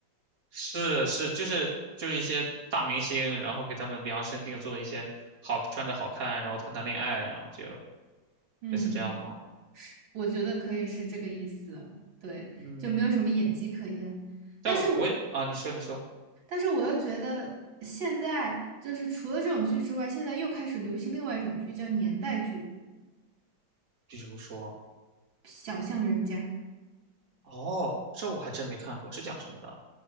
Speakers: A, on the right; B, on the right.
A: 是是，就是就是一些大明星，然后给他们量身定做的一些好穿着好看，然后谈谈恋爱，然后就
B: <laughs> 嗯，
A: 类似这样吗？
B: 我觉得可以是这个意思，对，
A: 嗯，
B: 就没有什么演技可言。
A: 但我啊，
B: 但是我
A: 你说你说，
B: 但是我又觉得现在就是除了这种剧之外，现在又开始流行另外一种剧，叫年代剧，
A: 比如说
B: 《小巷人家》。
A: 哦，这我还真没看过，是讲什么的？